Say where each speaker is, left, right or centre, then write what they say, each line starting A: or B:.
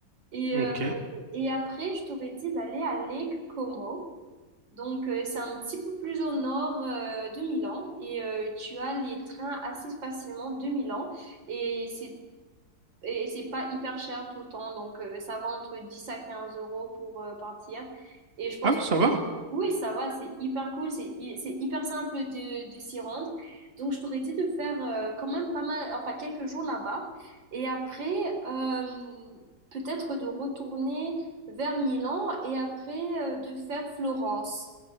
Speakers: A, on the right; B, on the right.
A: Et,
B: Ok.
A: euh, et après, je t'aurais dit d'aller à Lake Como. Donc, euh, c'est un petit peu plus au nord euh, de Milan. Et euh, tu as les trains assez facilement de Milan. Et c'est et c'est pas hyper cher tout le temps, donc euh, ça va entre 10 à 15 euros pour euh, partir. Et je pense
B: Ah oui,
A: que
B: ça
A: c'est-
B: va.
A: oui, ça va, c'est hyper cool, c'est hy- c'est hyper simple de, de s'y rendre. Donc je t'aurais dit de faire euh, quand même pas mal, enfin quelques jours là-bas. Et après, euh, peut-être de retourner vers Milan et après euh, de faire Florence.